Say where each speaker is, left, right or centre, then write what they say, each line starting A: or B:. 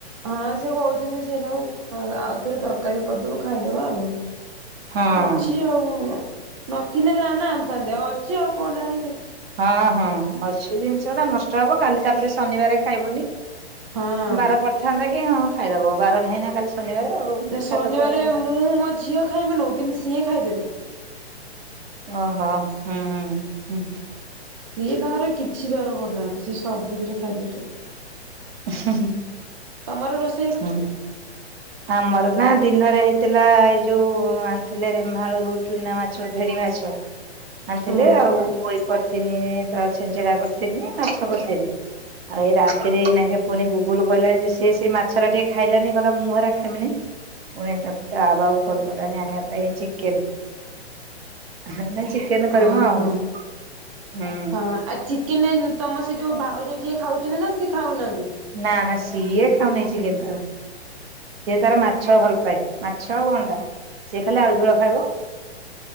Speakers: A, on the right (about 30°); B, on the right (about 60°).
A: ହଁ ସେ କହୁଛନ୍ତି ସେଟାକୁ ଆଉ ଥରେ ତରକାରୀ କରିଦବୁ ଖାଇଦବା ଆଉ।
B: ହଁ
A: ଅଛି ଆଉ ନଥିଲେ ଯା ନା ଆଣିଥାନ୍ତେ ଆଉ ଅଛି ଆଉ କଣ ଟା ଆଣିବି।
B: ହଁ ହଁ ଅଛି ଜିନିଷ ଟା ନଷ୍ଟ ହବ କାଲି ତାପରେ ଶନିବାର ଖାଇବୁନି।
A: ହଁ।
B: ବାର ପଡିଥାନ୍ତା କି ହଁ ଖାଇଦବ ବାର ନାହିଁ ନା କାଲି ଶନିବାର ଆଉ
A: ନା ଶନିବାରେ
B: ଖାଇଦବ ଏଇନେ।
A: ମୁଁ ମୋ ଝିଅ ଖାଇବୁନି କିନ୍ତୁ ସିଏ ଖାଇଦେବେ।
B: ଓହୋ ହୁଁ ହୁଁ।
A: ସିଏ ତାଙ୍କର କିଛି ବାର କରୁନାହାନ୍ତି ସିଏ ସବୁଥିରେ ଖାଇଦଉଛନ୍ତି।
B: ହୁଁ ହୁଁ।
A: ତମର ରୋସ୍
B: ହୁଁ। ଆମର ନା ଦିନରେ ହେଇଥିଲା ଏଇ ଯୋଉ ଆଣିଥିଲେ ନେମାଳରୁ ଚୁନା ମାଛ ଭେରି ମାଛ। ଆଣିଥିଲେ
A: ହଁ
B: ଆଉ ପୋଇ କରିଥିନି ତ ଛେଚେଡା କରିଥିନି ମାଛ କରିଥିନି। ଆଉ ଏଇନା ରାତିରେ ଏଇନାକେ ପୁଣି ଗୁଗୁଲ କହିଲା ଯେ ସେ ସେ ମାଛ ମାଛରା ଟିକେ ଖାଇଲାନି କହିଲା ମୁଁ ଏରା ଖାଇମିନି ପୁଣି ତା ବାବା କୁ ଫୋନ୍ କଲାଣି ଆଣିବା ପାଇଁ ଚିକେନ୍। ହେନେ ଚିକେନ କରିବୁ
A: ଓହୋ।
B: ଆଉ ହୁଁ।
A: ହଁ ଆଉ ଚିକେନ ତମ ସେ ଯୋଉ ଭାଉଜ ଯିଏ ଖାଉଛନ୍ତି ନା ସେ ଖାଉନାହାନ୍ତି?
B: ନା ନା ସିଏ ଖାଉନି ଚିକେନ ତାର। ସିଏ ତାର ମାଛ ଭଲ ପାଏ ମାଛ ଆଉ ଅଣ୍ଡା ସିଏ ଖାଲି ଆଳୁ ଝୋଳ ଖାଇବ।